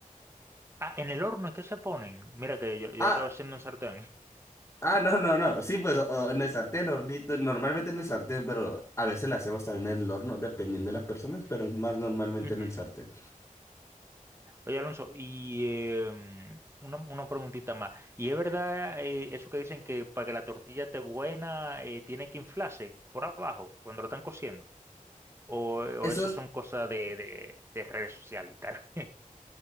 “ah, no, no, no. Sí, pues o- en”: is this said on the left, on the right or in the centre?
Left